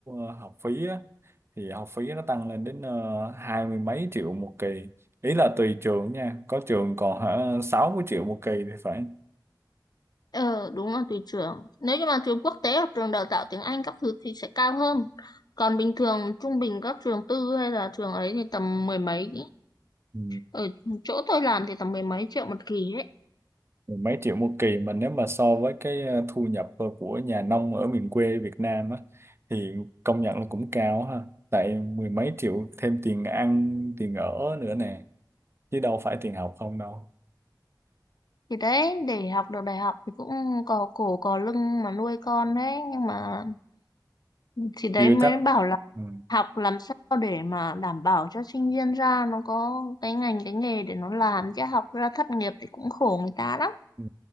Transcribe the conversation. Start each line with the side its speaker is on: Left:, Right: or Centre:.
Right: ờ, học phí á thì học phí nó tăng lên đến ờ, hai mươi mấy triệu một kỳ ý là tùy trường nha có trường còn hả sáu mươi triệu một kỳ thì phải
Left: Ờ, đúng là tùy trường. Nếu như mà trường quốc tế hoặc trường đào tạo tiếng Anh các thứ thì sẽ cao hơn. Còn bình thường trung bình các trường tư hay là trường ấy thì tầm mười mấy.
Right: ừ.
Left: Ở chỗ tôi làm thì tầm mười mấy triệu một kỳ ấy.
Right: mười mấy triệu một kỳ mà nếu mà so với cái ờ, thu nhập ờ, của nhà nông ở miền quê Việt Nam á thì công nhận là cũng cao ha tại mười mấy triệu thêm tiền ăn tiền ở nữa nè chứ đâu phải tiền học không đâu
Left: Thì đấy, để học được đại học thì cũng cò cổ cò lưng mà nuôi con đấy. Nhưng mà thì đấy
Right: chưa
Left: mới
Right: chắc
Left: bảo là
Right: ừ.
Left: học làm sao để mà đảm bảo cho sinh viên ra nó có cái ngành cái nghề để nó làm chứ học ra thất nghiệp thì cũng khổ người ta lắm.
Right: Ừ.